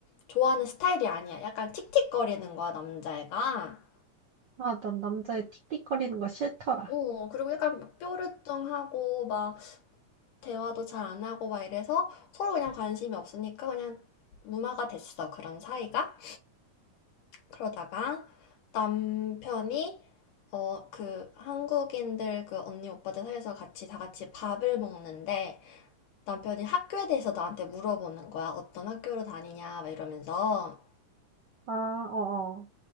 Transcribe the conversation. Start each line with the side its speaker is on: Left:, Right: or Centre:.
Left: 좋아하는 스타일이 아니야. 약간 틱틱거리는 거야, 남자애가.
Right: 아, 난 남자의 틱틱거리는 거 싫더라.
Left: 어, 그리고 약간 막 뾰루뚱하고 막 대화도 잘 안 하고 막 이래서 서로 그냥 관심이 없으니까 그냥 무마가 됐어. 그런 사이가. 그러다가 남편이 어, 그 한국인들 그 언니 오빠들 사이에서 같이 다 같이 밥을 먹는데 남편이 학교에 대해서 나한테 물어보는 거야. 어떤 학교로 다니냐 막 이러면서.
Right: 아, 어어.